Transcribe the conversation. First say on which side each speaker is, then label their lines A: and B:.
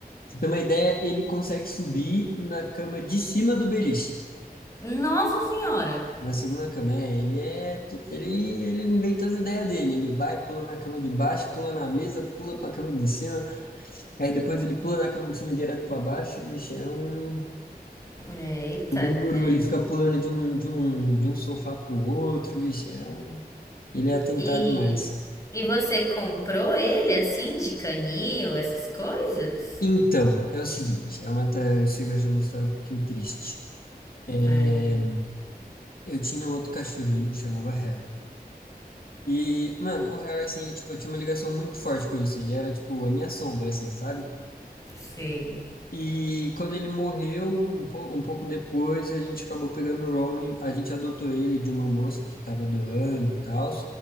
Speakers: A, on the left; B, on the left.
A: Você tem uma ideia, ele consegue subir na cama de cima do beliche.
B: Nossa Senhora!
A: Na segunda cama, é, ele é, tu- ele, ele inventa as ideias dele, ele vai, pula na cama de baixo, pula na mesa, pula para a cama de cima, aí depois ele pula da cama de cima direto para baixo, vixe, é um,
B: Eita,
A: um guru,
B: né?
A: ele fica pulando de um, de um, de um sofá pro outro, vixe, é um, ele é atentado
B: E,
A: demais.
B: e você comprou ele assim, de canil, essas coisas?
A: Então, é o seguinte, é uma, ta- chega a ser uma história um pouquinho triste. É,
B: Ai, meu Deus.
A: eu tinha um outro cachorrinho, chamava Harry. E, mano, o Harry, assim, ele, tipo, eu tinha uma ligação muito forte com isso. Ele era, tipo, a minha sombra, assim, sabe?
B: Sei.
A: E quando ele morreu, um, pou- um pouco depois, a gente acabou pegando o Ron e a gente adotou ele de uma moça que tava doando e tal.